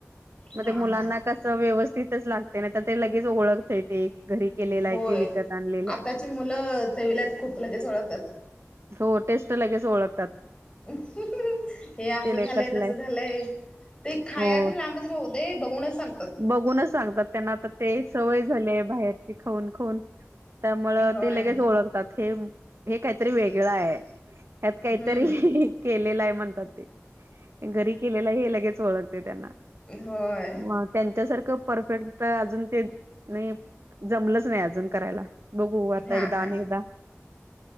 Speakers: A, on the right (about 60°); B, on the left (about 20°).
A: मग
B: हा
A: ते मुलांना
B: हा
A: कस व्यवस्थितच लागते नाही तर ते लगेच ओळखते घरी केलेलं
B: होय
A: आहे की विकत आणलेलं आहे
B: आताची मुलं चवीलात खूप लगेच ओळखतात.
A: हो टेस्ट लगेच ओळखतात.
B: हे असं
A: तेल
B: झालंय,
A: कसलं
B: तसं
A: आहे
B: झालंय. ते खायच
A: हो
B: तर लांबच राहू दे बघूनच सांगतात.
A: बघूनच सांगतात त्यांना आता ते सवय झालीय बाहेरची खाऊन, खाऊन त्यामुळं
B: होय.
A: ते लगेच ओळखतात हे हे काहीतरी वेगळं आहे ह्यात काहीतरी
B: हम्म
A: केलेलं आहे म्हणतात. घरी केलेला हे लगेच ओळखते त्यांना.
B: होय.
A: मग त्यांच्यासारखं परफेक्ट तर अजून ते नाही जमलंच नाही अजून करायला. बघू आता
B: हा
A: एकदा,
B: हा.
A: अनेकदा.